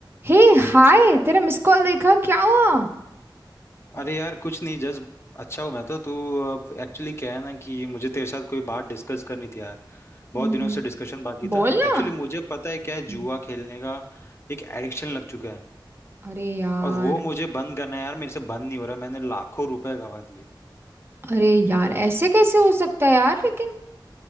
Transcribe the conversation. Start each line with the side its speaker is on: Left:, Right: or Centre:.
Right: हे हाय तेरा मिस कॉल देखा क्या हुआ
Left: अरे यार कुछ नहीं जस्ट अच्छा हूँ मैं तो तू अब एक्चुअली क्या है ना कि मुझे तेरे साथ कोई बात डिस्कस करनी थी यार बहुत
Right: हम्म
Left: दिनों से डिस्कशन बाकी
Right: बोल
Left: था
Right: ना
Left: एक्चुअली मुझे पता है क्या है
Right: हम्म,
Left: जुआ खेलने का एक एडिक्शन लग चुका है
Right: अरे यार
Left: और वो मुझे बंद करना है यार मेरे से बंद नहीं हो रहा मैंने लाखों रुपए गवा दिए
Right: अरे यार ऐसे कैसे हो सकता है यार लेकिन